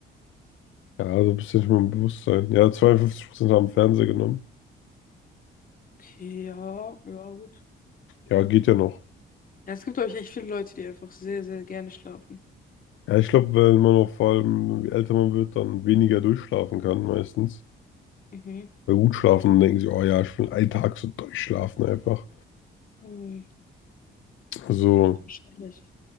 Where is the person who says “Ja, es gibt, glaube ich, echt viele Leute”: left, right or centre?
Left